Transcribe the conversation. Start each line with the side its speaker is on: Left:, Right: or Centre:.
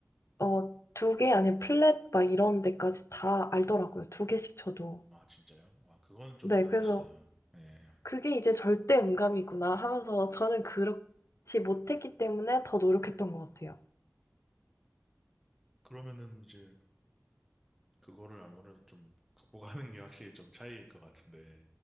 Left: 어, 두 개 아니면 플랫 막 이런 데까지 다 알더라고요. 두 개씩 쳐도.
Centre: 아 진짜요? 와 그건 좀
Left: 네,
Centre: 대단하시다.
Left: 그래서
Centre: 네.
Left: 그게 이제 절대 음감이구나 하면서 저는 그렇지 못했기 때문에 더 노력했던 것 같아요.
Centre: 그러면은 이제 그거를 아무래도 좀 극복하는 게 확실히 좀 차이일 것 같은데